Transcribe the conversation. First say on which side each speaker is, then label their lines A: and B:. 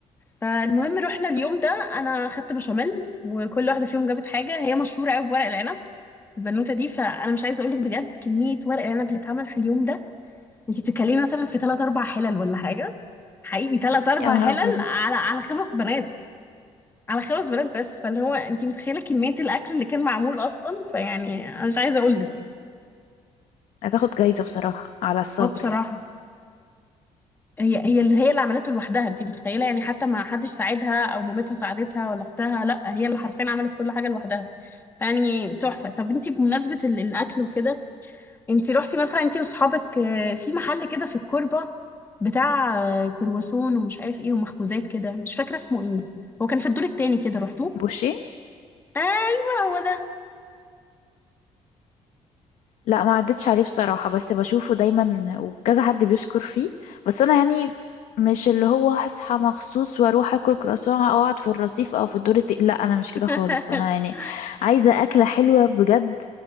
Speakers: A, on the left; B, on the left.
A: فالمهم رحنا اليوم ده انا خدت بشاميل وكل واحده فيهم جابت حاجه هي مشهوره قوي بورق العنب البنوته دي فانا مش عايزه اقول لك بجد كميه ورق العنب اللي اتعمل في اليوم ده انت بتتكلمي مثلا في ثلاث اربع حلل ولا حاجه حقيقي ثلاث اربع
B: يا نهار
A: حلل
B: أبيض
A: على على خمس بنات على خمس بنات بس فاللي هو انت متخيله كميه الاكل اللي كان معمول اصلا فيعني انا مش عايزه اقول لك
B: هتاخد جايزة بصراحة على الصبر
A: اه بصراحه
B: يعني
A: هي هي اللي هي اللي عملته لوحدها انت متخيله يعني حتى ما حدش ساعدها او مامتها ساعدتها ولا اختها لا هي اللي حرفيا عملت كل حاجه لوحدها يعني تحفه طب انت بمناسبه ال- الاكل وكده انتي روحتي مثلا انتي واصحابك آه، في محل كده في الكوربة بتاع آه، كرواسون ومش عارف ايه ومخبوزات كده مش فاكرة اسمه ايه هو كان في الدور التاني كده روحتوه
B: بوشيه
A: ايوه هو ده
B: لا ما عدتش عليه بصراحة بس بشوفه دايما وكذا حد بيشكر فيه بس انا يعني مش اللي هو هصحى مخصوص واروح اكل كرواسون او اقعد في الرصيف او في الدور الت... لا انا مش كده
A: <laughs>
B: خالص انا يعني عايزة اكلة حلوة بجد